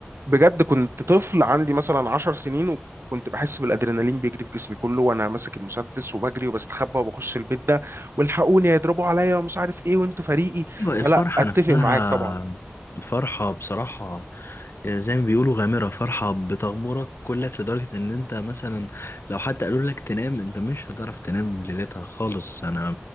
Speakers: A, on the right (about 75°); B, on the left (about 85°).
A: بجد كنت طفل عندي مثلا عشر سنين وكنت بحس بالادرينالين بيجري في جسمي كله وانا ماسك المسدس وبجري وبستخبى وبخش البيت ده والحقوني هيضربوا عليا ومش عارف ايه وانتوا فريقي
B: أيوة،
A: فلا
B: الفرحة
A: اتفق
B: نفسها
A: معاك طبعا
B: فرحة بصراحة يعني زي ما بيقولوا غامرة فرحة بتغمرك كلك لدرجة ان انت مثلا لو حتى قالوا لك تنام انت مش هتعرف تنام ليلتها خالص انا